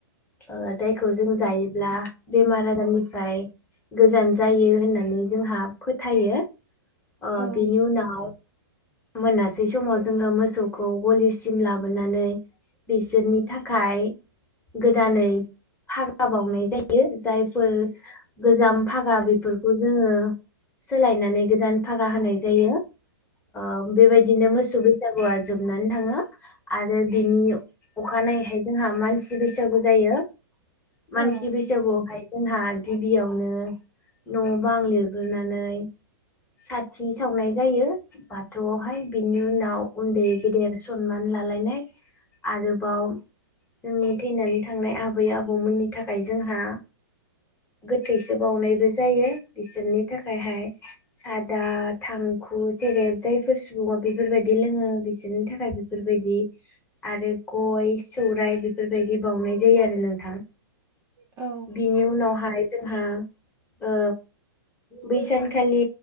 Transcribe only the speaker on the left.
ओ जायखौ जों जायो ब्ला बेमार आजारनिफ्राय गोजान जायो होननानै जोंहा फोथायो। ओ
बिनि उनाव मोनासै समाव जोङो मोसौखौ गलिसिम लाबोनानै बिसोरनि थाखाय गोदानै फागा बावनाय जायो। जायफोर गोजाम भागा बेफोरखौ जोङो सोलायनानै गोदान फागा होनाय जायो। ओ बेबायदिनो मोसौ बैसागुआ जोबनानै थाङो। आरो बिनि अखानायैहाय जोंहा मानसि बैसागु जायो।
मानसि बैसागुवाहाय जोंहा गिबियावनो न' बां लिरग्रोनानै साथि सावनाय जायो। बाथौआवहाय बिनि उनाव उन्दै गेदेर सनमान लालायनाय आरोबाव जोंनि थैनानै थांनाय आबै आबौमोननि थाखाय जोंहा गोथैसो बावनायबो जायो बिसोरनि थाखायहाय सादा थांखु जेरै जायफोर सुबुङा बेफोरबायदि लोङो बिसोरनि थाखाय बेफोरबायदि आरो गय सौराय बेफोरबायदि बाउनाय जायो आरो नोंथां।
बिनि उनावहाय जोंहा ओ बै सानखालि